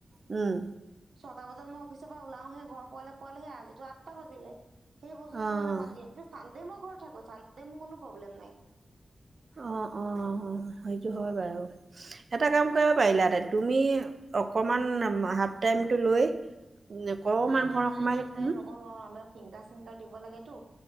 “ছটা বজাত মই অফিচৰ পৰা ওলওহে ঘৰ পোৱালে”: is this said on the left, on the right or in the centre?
Right